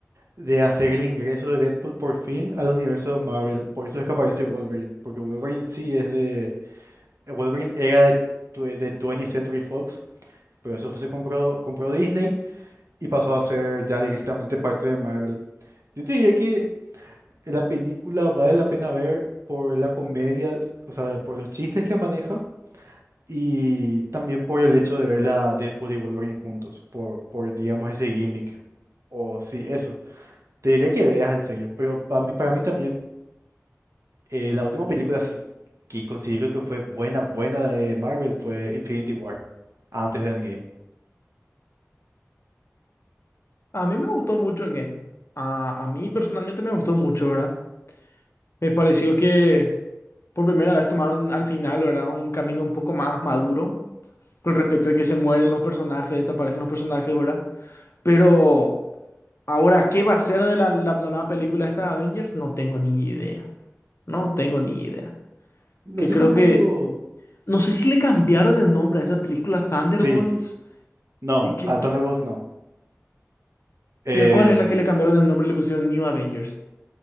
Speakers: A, on the right; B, on the left.
A: de hacer el ingreso de Deadpool por fin al universo de Marvel. Por eso es que aparece Wolverine. Porque Wolverine sí es de. Wolverine era de, twe- de 20 Century Fox. Pero eso fue- se compró, compró Disney. y pasó a ser ya directamente parte de Marvel. Yo te diría que la película vale la pena ver por la comedia, o sea, por los chistes que maneja y también por el hecho de ver a Deadpool y Wolverine juntos, por, por digamos, ese gimmick. O sí, eso. Te diría que veas en serio, pero para mí, para mí también eh, la última película sí que considero que fue buena, buena de Marvel fue Infinity War, antes de Endgame.
B: A mí me gustó mucho el game. A, a mí personalmente me gustó mucho, ¿verdad? Me pareció que por primera vez tomaron al final, ¿verdad? Un camino un poco más maduro con respecto a que se mueren los personajes, desaparecen los personajes, ¿verdad? Pero ahora, ¿qué va a ser de la, la nueva película esta de Avengers? No tengo ni idea. No tengo ni idea.
A: No,
B: Que
A: yo
B: creo
A: tampoco...
B: que... No sé si le cambiaron el nombre a esa película Thunderbolts.
A: Sí, no,
B: ¿Y, qué-
A: a
B: qué-
A: Thunderbolts no. Em,
B: y a cuál es la que le cambiaron el nombre y le pusieron New Avengers?